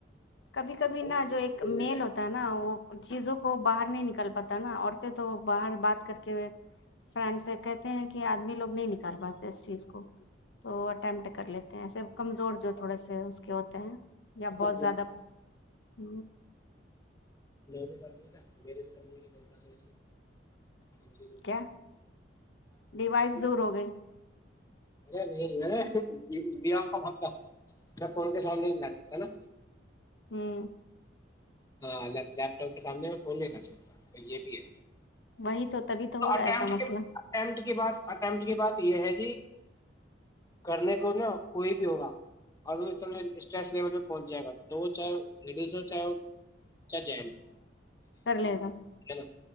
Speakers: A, on the left (about 70°); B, on the left (about 20°).
A: کبھی کبھی نا
B: ہوں
A: جو ایک
B: کہ
A: میل
B: میں
A: ہوتا ہے نا وہ چیزوں کو باہر نہیں نکال پاتا نا عورتیں تو باہر بات کر کے فرینڈ سے کہتے ہیں کہ آدمی لوگ نہیں نکال پاتے اس چیز کو تو امٹ کر لیتے ہیں ایسے کمزور جو تھوڑے سے اس کے ہوتے ہیں یا بہت
B: نے
A: زیادہ ہ
B: میں بھی کمور میری بھی کمزوری بہت زیادہ تھی
A: کیا ڈیوائس دور
B: <unintelligible>
A: ہو گئی
B: اے نہیں کا میں فون کے سامنے نہیں لا سکتا ہے نا
A: ہمم
B: ہاں لیپ ٹاپ کے سامنے کال نہیں کر سکتا یہ بھی ہے
A: وہی تو تبھی تو ہو
B: <unintelligible>
A: رہا
B: اٹمپٹ
A: ہے ایسا مسئلہ
B: کی بات یہ ہے جی کرنے کو نا کوئی بھی ہوگا اور وہ ا اسٹس لیول پہ پہنچ جائے گا تو وہ چاہےیز ہو چاہے چاہے جینٹس
A: کر لے گا
B: ہے نا